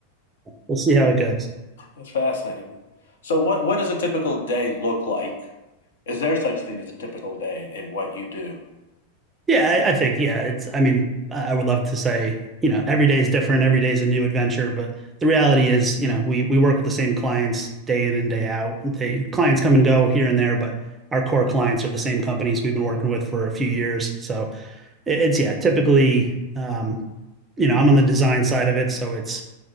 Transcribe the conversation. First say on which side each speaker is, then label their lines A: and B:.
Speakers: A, on the right; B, on the left.
A: we'll see how it goes.
B: that's fascinating. So, what, what does a typical day look like? Is there such thing as a typical day in what you do?
A: Yeah, I, I think, yeah, it's, I mean, I would love to say, you know, every day is different, every day is a new adventure. But the reality is, you know, we, we work with the same clients day in and day out. They clients come and go here and there, but our core clients are the same companies we've been working with for a few years. So it- it's, yeah, typically, um, you know, I'm on the design side of it. So it's,